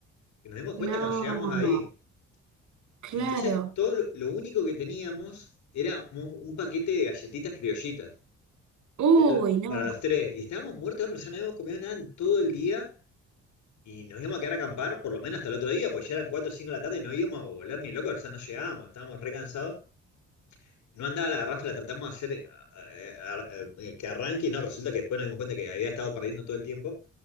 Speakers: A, on the left (about 70°); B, on the right (about 75°).
A: Y nos dimos
B: No,
A: cuenta cuando llegamos ahí.
B: claro.
A: Entonces, todo lo, lo único que teníamos era un, un paquete de galletitas criollitas.
B: Uy,
A: Era lo-
B: no.
A: para los tres. Y estábamos muertos de hambre, ya no habíamos comido nada en todo el día. Y nos íbamos a quedar a acampar por lo menos hasta el otro día, pues ya eran 4 o 5 de la tarde y no íbamos a volver ni locos, o sea, no llegábamos, estábamos re cansados. No andaba la garrafa, la tratamos de hacer eh, eh, eh, que arranque y no, resulta que después nos dimos cuenta que había estado perdiendo todo el tiempo.